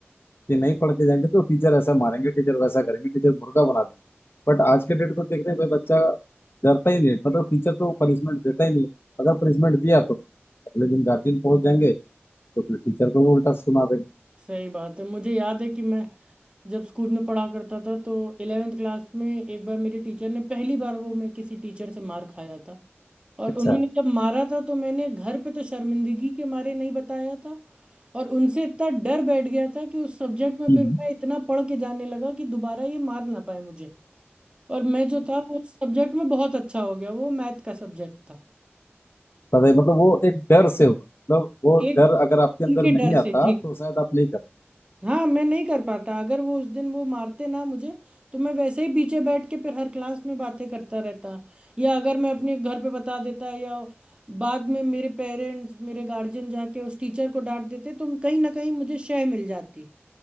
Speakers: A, on the left; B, on the right.
A: कि नहीं पढ़ के जाएंगे तो टीचर ऐसा मारेंगे टीचर वैसा करेंगे टीचर मुर्गा बना देंगे बट आज के डेट को देख रहे हैं भाई बच्चा डरता ही नहीं है। मतलब टीचर तो पनिशमेंट देता ही नहीं है। अगर पनिशमेंट दिया तो अगले दिन गार्जियन पहुंच जाएंगे तो फिर टीचर को भी उल्टा सुना देंगे
B: सही बात है मुझे याद है कि मैं जब स्कूल में पढ़ा करता था तो इलेवेंथ क्लास में एक बार मेरे टीचर ने पहली बार वो मैं किसी टीचर से मार खाया था और
A: अच्छा
B: उन्होंने जब मारा था तो मैंने घर पे तो शर्मिंदगी के मारे नहीं बताया था और उनसे इतना डर बैठ गया था कि उस सब्जेक्ट में
A: हम्म,
B: फिर मैं इतना पढ़ के जाने लगा कि दोबारा ये मार ना पाए मुझे और मैं जो था वो सब्जेक्ट में बहुत अच्छा हो गया वो मैथ का सब्जेक्ट था
A: पता है मतलब वो एक डर से हुआ मतलब वो
B: एक
A: डर अगर आपके अंदर
B: उनके
A: नहीं
B: डर से
A: आता
B: जी
A: तो शायद आप नहीं करते
B: हाँ मैं नहीं कर पाता अगर वो उस दिन वो मारते ना मुझे तो मैं वैसे ही पीछे बैठ के फिर हर क्लास में बातें करता रहता या अगर मैं अपने घर पे बता देता या बाद में मेरे पेरेंट्स मेरे गार्जियन जाके उस टीचर को डांट देते तो कहीं ना कहीं मुझे शय मिल जाती